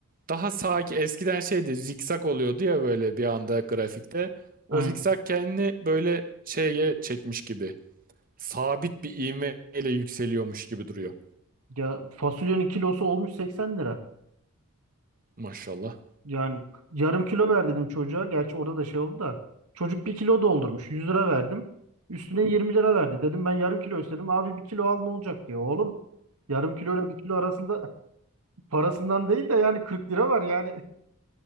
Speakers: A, on the right; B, on the right.
A: daha sakin eskiden şeydi zikzak oluyordu ya böyle bir anda grafikte. O
B: Aynen.
A: zikzak kendini böyle şeye çekmiş gibi. Sabit bir ivmeyle yükseliyormuş gibi duruyor.
B: Ya fasulyenin kilosu olmuş 80 lira.
A: Maşallah.
B: Yani yarım kilo ver dedim çocuğa. Gerçi orada da şey oldu da. Çocuk bir kilo doldurmuş. 100 lira verdim. Üstüne 20 lira verdi. Dedim ben yarım kilo istedim. Abi bir kilo al ne olacak diye. Oğlum yarım kilo ile bir kilo arasında <laughs> parasından değil de yani 40 lira var yani.